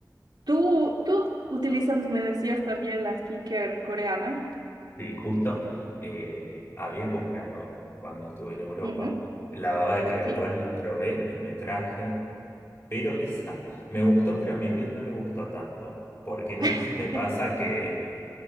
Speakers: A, on the right; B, on the left.
A: Tú, tú utilizas, me decías también la skincare coreana.
B: Y justo eh, había comprado, cuando estuve en Europa,
A: Ujú,
B: la baba de caracol,
A: Sí.
B: la probé y me traje. Pero esa me gustó, pero a mi piel no le gustó tanto. Porque no
A: <laughs>
B: sé si te pasa que,